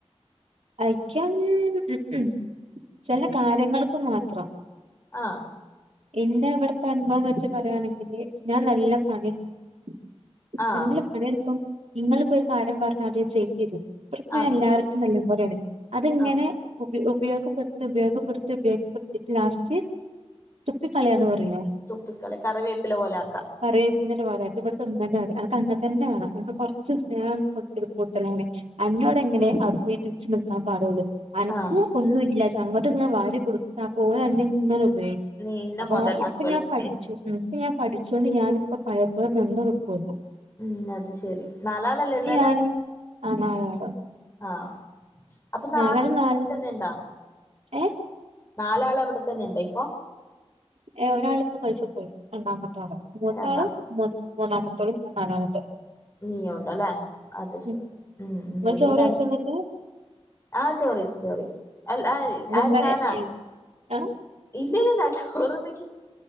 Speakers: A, on the right (about 80°); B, on the left (about 25°).
A: അയ്ക്കം <unintelligible> ചെല കാര്യങ്ങള്ക്ക് മാ ത്രം
B: ആ
A: ഇന്റെ അവിടത്തെ അനുഭവം വെച്ച് പറയാണെങ്കില് ഞാൻ നല്ല പണി എടു
B: ആഹ്
A: നല്ല പണി എടുക്കോം ഇങ്ങള് ഒരു കാര്യം പറഞ്ഞാ ത്‌ ചെയ്യരുത് ഞാൻ
B: അത്
A: എല്ലാർത്തും
B: ശരി
A: നല്ല പോലെയാണ് അതിങ്ങനെ
B: ആഹ്
A: ഉപയോഗപ്പെടുത്ത് ഉപയോഗപ്പെടുത്ത് ഉപയോഗപ്പെടുത്തിട്ട് ലാസ്റ്റ് തുപ്പിക്കളയന്ന് പറയിലെ
B: തുപ്പിക്കളി കറിവേപ്പില പോലെ ആക്കാ
A: പറ <unintelligible> അൻക്ക് അങ്ങനെ തന്നെ വേണം അനക്ക് കൊറച്ച് സ്നേഹം കൊടുക്കല് കൂടുതലാണ് എന്നോടെങ്ങനെ അപ്പൊ ഈ തിച്ച് നിക്കാൻ പാടൊള്ള് അൻക്ക്
B: ആഹ്
A: ഒന്നുല്ല അങ്ങട്ട് ങ്ങ വാരി കൊടുക്ക അപ്പോ ഓൽ അന്നെ ഇങ്ങനെ ഉപയോഗി
B: നീ ഇന്നെ
A: അപ്പോ
B: മൊതലാക്കുവല്ലേ
A: ഇപ്പ ഞാ പഠിച്ചു ഉം പ്പ ഞാൻ പഠിച്ചാേണ്ട് ഞാനിപ്പ പഴയപോലെ നിന്ന് കൊട്ക്കൂല്ല
B: ഉം അത് ശെരി നാലാളല്ലെള്ളെല്ലേ
A: ഞാന് ആ നാലാള്
B: ആ അപ്പോ നാ
A: നാലാള് നാല്
B: തന്നെണ്ടാ
A: ഏ
B: നാലാള് അവിടെത്തന്നെണ്ട ഇപ്പോ
A: എ ഒരാള്പ്പോ ഗൾഫ് പാെയ് രണ്ടാമ ത്താള് മൂത്താള്
B: രണ്ടാ
A: മു മൂന്നാമത്തോളും നാലാമത്തെ
B: നീയോട്ടല്ലെ അത് ശെരി
A: ഉം
B: ഉം ഉം
A: നിങ്ങൾ
B: ഇനി
A: ചോറ്
B: രൺ
A: വെച്ചോ എന്നിട്ട്
B: ആ ചോറെയ്ച്ച് ചോറെയ്ച്ച് അല്ല അത്
A: ഇന്നെന്താ
B: ആര് ഞാനാ
A: എ- എ- ആ
B: ഇ ഇല്ലല്ലാ ചോറ്ന്നി